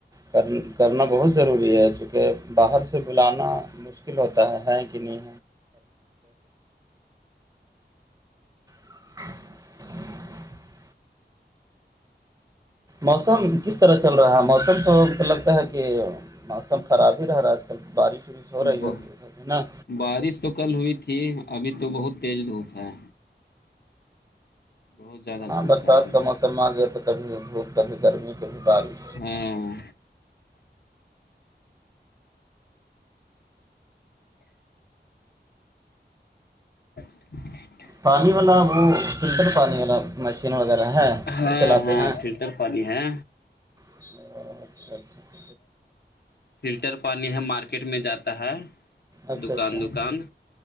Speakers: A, on the right; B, on the left.
A: کر کرنا بہت ضروری ہے چونکہ باہر سے بلانا مشکل ہوتا ہے ہے کہ نہیں <inaudible> موسم کس طرح چل رہا ہے موسم تو مطلب لگتا ہے کہ موسم خراب ہی رہا آج کل بارش وورش ہو رہی
B: ب
A: ہے ادھر میں نا
B: بارش تو کل ہوئی تھی ابھی تو بہت تیز دھوپ ہے بہت زیادہ
A: ہاں
B: دھوپ
A: برسات
B: ہے ابھی
A: کا موسم میں آ گیا تو کبھی دھوپ کبھی گرمی کبھی بارش
B: ہاں <inaudible>
A: پانی والا وہ فلٹر پانی والا مشین وغیرہ ہے
B: ہاں
A: وہی چلاتے
B: ہاں
A: ہیں
B: فلٹر پانی ہے
A: اچھا اچھا
B: فلٹر پانی ہے مارکیٹ میں جاتا ہے
A: اچھا
B: دکان
A: اچھا
B: دکان